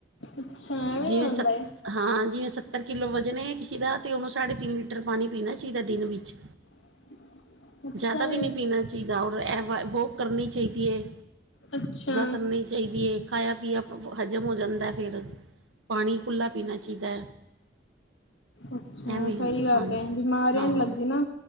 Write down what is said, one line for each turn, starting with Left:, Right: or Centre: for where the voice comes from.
Left: ਅੱਛਾ ਐਵੇਂ
Right: ਜਿਵੇਂ
Left: ਹੁੰਦਾ।
Right: ਸ ਹਾਂ ਜਿਵੇਂ ਸੱਤਰ ਕਿੱਲੋ ਵਜਣ ਐ ਕਿਸੇ ਦਾ ਤੇ ਉਹਨੂੰ ਸਾਢੇ ਤਿੰਨ ਲੀਟਰ ਪਾਣੀ ਪੀਣਾ ਚਾਹੀਦਾ ਦਿਨ ਵਿੱਚ।
Left: <unintelligible> ਅੱਛਾ
Right: ਜ਼ਿਆਦਾ ਵੀ
Left: ਜੀ,
Right: ਨਹੀਂ ਪੀਣਾ ਚਾਹੀਦਾ ਔਰ ਐ ਵੀ ਵੋਕ ਕਰਨੀ ਚਾਹੀਦੀ ਐ।
Left: ਅੱਛਾ।
Right: ਕਰਨੀ ਚਾਹੀਦੀ ਐ ਖਾਇਆ ਪੀਆ ਹਜ਼ਮ ਹੋ ਜਾਂਦਾ ਫੇਰ ਪਾਣੀ ਖੁੱਲ੍ਹਾ ਪੀਣਾ ਚਾਹੀਦਾ।
Left: ਅੱਛਾ,
Right: ਐਵੇਂ
Left: ਸਹੀ
Right: ਹੁੰਦਾ
Left: ਗੱਲ
Right: ਹਾਂਜੀ
Left: ਹੈ ਬਿਮਾਰੀਆਂ
Right: ਹਾਂ
Left: ਨੀ ਲੱਗਦੀ ਨਾ।